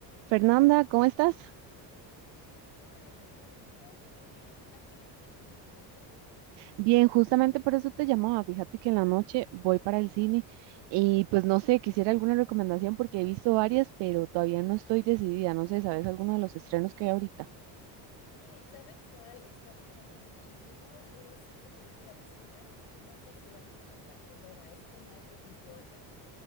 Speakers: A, on the right (about 70°); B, on the left (about 75°).
A: Fernanda, ¿cómo estás?
B: Hola Sharon, bien, súper bien. Aquí viendo una película, ¿y tú?
A: Bien, justamente por eso te llamaba. Fíjate que en la noche voy para el cine y
B: Ujú.
A: pues no sé, quisiera alguna recomendación porque he visto varias, pero todavía no estoy decidida. No sé, ¿sabes alguno de los estrenos que hay ahorita?
B: Sí, ¿sabes cuál está sonando muchísimo? Es esta película de Sinners. No sé si la has visto en cartelera. Es con Michael B. Jordan,